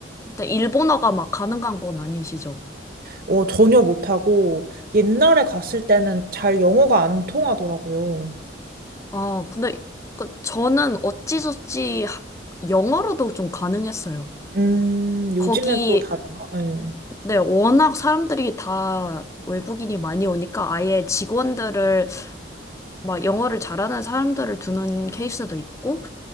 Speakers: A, on the left (about 15°); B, on the right (about 50°).
A: 근데 일본어가 막 가능한 건 아니시죠?
B: 어, 전혀 못하고 옛날에 갔을 때는 잘 영어가 안 통하더라고요.
A: 아, 근데 그 저는 어찌저찌 하- 영어로도 좀 가능했어요.
B: 음, 요즘엔
A: 거기,
B: 또 다른가? 예.
A: 네, 워낙 사람들이 다 외국인이 많이 오니까 아예 직원들을 막 영어를 잘하는 사람들을 두는 케이스도 있고,